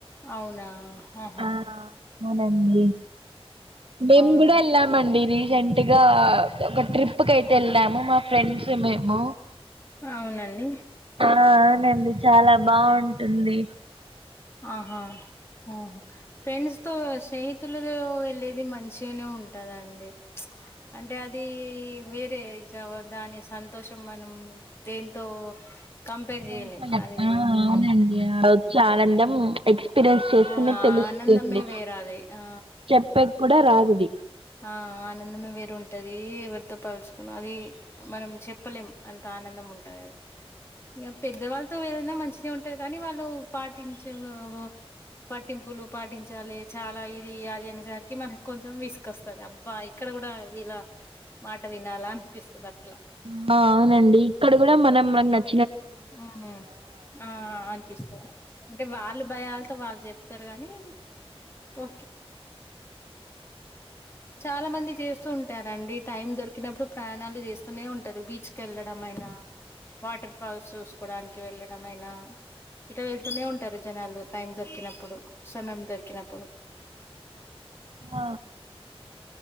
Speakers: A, on the left; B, on the right.
A: అవునా ఆహా
B: ఆ అవునండి. మేము
A: అవునండి
B: కూడా వెళ్ళామండి. రీసెంట్ గా ఒక ట్రిప్ కయితే వెళ్ళాము. మా ఫ్రెండ్స్, మేము
A: అవునండి.
B: ఆ అవునండి. చాలా బాగుంటుంది.
A: ఆహా హ ఫ్రెండ్స్ తో స్నేహితులతో వెళ్ళేది, మంచిగనే ఉంటదండి. అంటే అది వేరే ఇక దాని సంతోషం మనం దేంతో కంపేర్
B: పోల్చలేం
A: చెయలేమ్. అది వే
B: ఆ అవునండి
A: హమ్
B: ఆ వచ్చే
A: అది
B: ఆనందం ఎక్స్పీరియన్స్ చేస్తేనే
A: ఆ
B: తెలుస్తుంది
A: ఆనందమే వేరది. ఆ,
B: చెప్పేకి కూడా రాదది
A: ఆ. ఆనందమే వేరుంటది. ఎవరితో పాలుచుకున్నా అది మనం చెప్పలేం అంత ఆనందం ఉంటది అది. ఇగ పెద్దవాళ్ళతో వెళ్ళినా మంచి నే ఉంటది కానీ, వాళ్ళు పాటించే లొ బొ పట్టింపులు పాటించాలి. చాలా ఇది, అది అనేసరికి మనకు కొంచెం విసు కోస్తది. అబ్బా ఇక్కడ కూడా వీళ్ళ మాట వినాల, అనిపిస్తది అట్ల.
B: మ్ ఆ అవునండి. ఇక్కడ కూడా మనం మనక్ న
A: మ్ ఆ అనిపిస్తది. అంటే వాళ్ళ భయాలతో వాళ్ళు చెప్తారు కానీ, ఓకే. చాలా మంది చేస్తూ ఉంటారండి. టైం దొరికినప్పుడు ప్రయాణాలు చేస్తూనే ఉంటారు. బీచ్కెళ్ళడం అయి నా, వాటర్ ఫాల్స్ చూసుకోవడానికి వెళ్ళడం అయినా, ఇక ఎళ్తూనే ఉంటారు జనాలు. టైం దొరికినప్పుడు, సమయం దొరికినప్పుడు. <inaudible>
B: ఆ